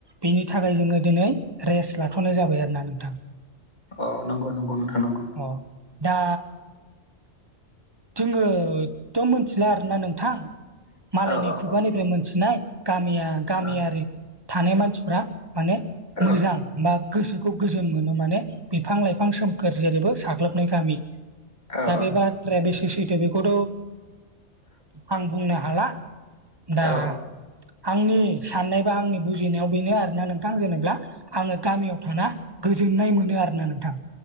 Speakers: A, on the right; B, on the left.
A: बेनि थाखाय जोङो दिनै रेस्ट लाथ'नाय जाबाय आरोना नोंथां।
B: औ नंगौ नंगौ नोंथां नंगौ।
A: अ दा जोङोथ' मिथिला आरोना नोंथां मालायनि
B: औ औ
A: खुगानिफ्राय
B: औ
A: मोनथिनाय गामिया गामियारि
B: औ
A: थानाय मानसिफ्रा माने
B: औ
A: मोजां बा गोसोखौ गोजोन मोनो माने बिफां लाइफां सोमखोर जेरैबो साग्लोबनाय गामि
B: औ
A: द बे बाथ्राया बेसे सैथो बेखौथ' आं बुंनो हाला दा
B: औ
A: आंनि साननाय बा आंनि बुजिनायाव बेनो आरोना नोंथां जेनेबा आङो गामियाव थाना गोजोननाय मोनो आरो ना नोंथां